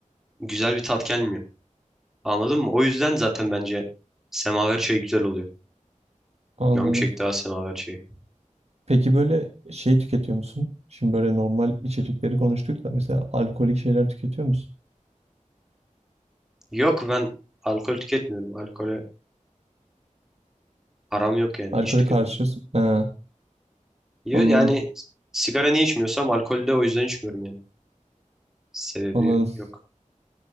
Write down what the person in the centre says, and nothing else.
Güzel bir tat gelmiyor. Anladın mı? O yüzden zaten bence semaver çayı güzel oluyor.
Canım çekti ha semaver çayı.
Yok ben alkol tüketmiyorum. Alkole aram yok yani
hiç tüketmem.
Yo,
Yani sigara niye içmiyorsam alkolü de o yüzden içmiyorum yani. Sebebi
yok.